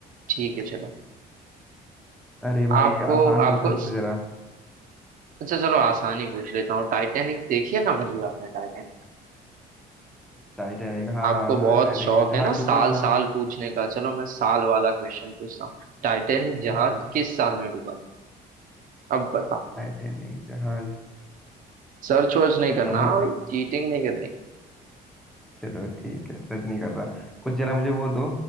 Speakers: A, on the right; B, in the centre.
A: ठीक है चलो
B: अरे भाई
A: आपको
B: आसान पूछना
A: आपको
B: मुझसे जरा
A: अच्छा चलो आसानी पूछ लेता हूँ टाइटैनिक देखिए ना भाई आपने टाइटैनिक
B: टाइटैनिक हाँ
A: आपको
B: हाँ हाँ
A: बहुत
B: टाइटैनिक
A: शौक
B: जो
A: है
B: जहाज
A: ना
B: डूबा
A: साल
B: था
A: साल पूछने का चलो मैं साल वाला क्वेश्चन पूछता हूँ टाइटैनिक जहाज
B: हाँ
A: किस साल में डूबा था? अब बताओ
B: टाइटैनिक जहाज
A: सर्च वर्च नहीं करना
B: अब मुझे
A: हाँ भाई चीटिंग नहीं करनी
B: चलो ठीक है सर्च नहीं कर रहा कुछ जरा मुझे वो दो